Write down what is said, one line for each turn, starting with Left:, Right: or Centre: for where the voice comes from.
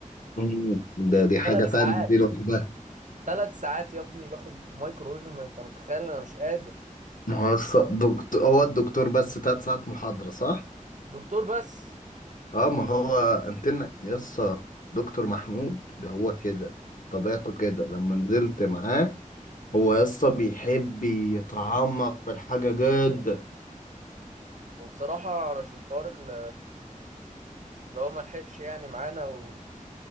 Left: مم.
Right: مش
Left: ده دي حاجه
Right: ثلاث ساعات
Left: تانية دي لوحدها
Right: ثلاث ساعات يا ابني باخد في مايكرويف ما انت متخيل انا مش قادر
Left: ما هو الص- دكتور هو الدكتور بس تلات ساعات محاضره صح؟
Right: دكتور بس
Left: اه ما هو انتنا يسا دكتور محمود هو كده طبيعته كده لما نزلت معاه هو يسا بيحب يتعمق في الحاجة جدا
Right: وبصراحه علشان الحوار ال- اللي هو ما لحقش يعني معانا و...